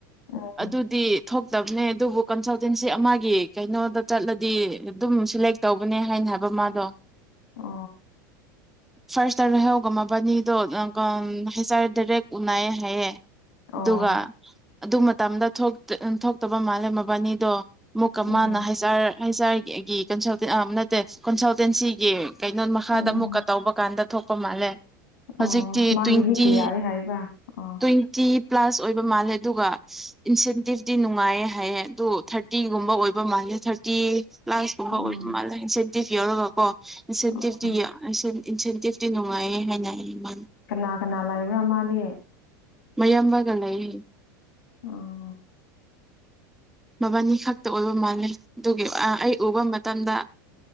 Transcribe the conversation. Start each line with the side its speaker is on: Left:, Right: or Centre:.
Left: ꯎꯝ
Centre: ꯑꯗꯨꯗꯤ ꯊꯣꯛꯇꯕꯅꯦ ꯑꯗꯨꯕꯨ ꯀꯟꯁꯜꯇꯦꯟꯁꯤ ꯑꯃꯒꯤ ꯀꯩꯅꯣꯗ ꯆꯠꯂꯗꯤ ꯑꯗꯨꯝ ꯁꯦꯂꯦꯛ ꯇꯧꯕꯅꯦ ꯍꯥꯏꯅ ꯍꯥꯏꯕ ꯃꯥꯗꯣ
Left: ꯑ
Centre: ꯐꯥꯔꯁꯇ ꯔꯣꯏꯍꯧꯒꯝꯃꯕꯥꯅꯤꯗꯣ ꯍꯥꯏꯁꯔꯦ ꯗꯥꯏꯔꯦꯛ ꯎꯅꯩꯌꯦ ꯍꯥꯏꯌꯦ ꯑꯗꯨꯒ
Left: ꯑꯣ
Centre: ꯑꯗꯨ ꯃꯇꯝꯗ ꯊꯣꯛꯇꯕ ꯃꯥꯜꯂꯦ ꯃꯕꯥꯅꯤꯗꯣ ꯃꯨꯛꯀ
Left: ꯎꯝ
Centre: ꯃꯥꯅ ꯍꯥꯏꯩꯁꯥꯔ ꯍꯥꯏꯖꯔꯒꯦ ꯑꯩꯒꯤ ꯀꯟꯁꯜꯇꯦꯟ ꯑ ꯅꯠꯇꯦ ꯀꯟꯁꯜꯇꯦꯟꯁꯤꯒꯤ ꯀꯩꯅꯣ ꯃꯈꯥꯗ
Left: ꯎꯝ
Centre: ꯑꯃꯨꯛꯀ ꯇꯧꯕ ꯀꯥꯟꯗ ꯊꫭꯛꯄ ꯃꯥꯜꯂꯦ ꯍꯧꯖꯤꯛꯇꯤ
Left: ꯑꯣ ꯃꯥꯒꯤꯗꯤ
Centre: ꯇ꯭ꯋꯦꯟꯇꯤ
Left: ꯀꯌꯥꯔꯦ ꯍꯥꯏꯕ ꯑꯣ
Centre: ꯇ꯭ꯋꯦꯟꯇꯤ ꯄ꯭ꯂꯥꯁ ꯑꯣꯏꯕ ꯃꯥꯜꯂꯦ ꯑꯗꯨꯒ ꯏꯟꯁꯦꯟꯇꯤꯞꯇꯤ ꯅꯨꯡꯉꯥꯏꯌꯦ ꯍꯥꯏꯌꯦ ꯑꯗꯨ ꯊꯥꯔꯇꯤꯒꯨꯝꯕ ꯑꯣꯏꯕ ꯃꯥꯜꯂꯦ ꯊꯥꯔꯇꯤ ꯍꯣ
Left: ꯑꯣ
Centre: ꯃꯥꯜ <unintelligible> ꯑꯣ ꯏꯟꯁꯦꯟꯇꯚ
Left: ꯑꯣ
Centre: ꯏ ꯏꯟꯁꯦꯟꯇꯤꯞꯇꯤ ꯅꯨꯡꯉꯥꯏꯌꯦ ꯍꯥꯏꯅ ꯑꯩ ꯃꯥ
Left: ꯀꯅꯥ ꯀꯅꯥ ꯂꯩꯕ꯭ꯔꯥ ꯃꯥꯗꯤ
Centre: ꯃꯌꯥꯝꯕꯒ ꯂꯩ
Left: ꯑ
Centre: ꯃꯕꯥꯅꯤ ꯈꯛꯇ ꯑꯣꯏꯕ ꯃꯥꯜꯂꯦ ꯑꯗꯨꯒꯤ ꯑꯩ ꯎꯕ ꯃꯇꯝꯗ